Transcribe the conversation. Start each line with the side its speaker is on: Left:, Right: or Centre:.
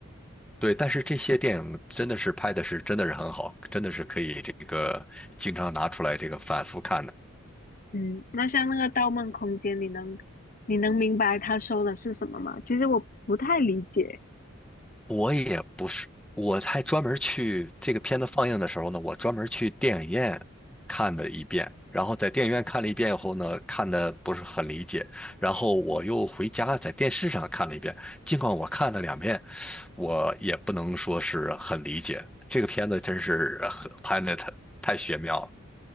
Centre: 对。但是这些电影真的是拍的是真的是很好，真的是可以这个经常拿出来这个反复看的。
Left: 嗯，那像那个《盗梦空间》，你能你能明白他说的是什么吗？其实我不太理解，
Centre: 我也不是，我还专门去这个片子放映的时候呢，我专门去电影院看了一遍，然后在电影院看了一遍以后呢，看的不是很理解，然后我又回家在电视上看了一遍。尽管我看了两遍，我也不能说是很理解。这个片子真是呃很拍的太太玄妙了。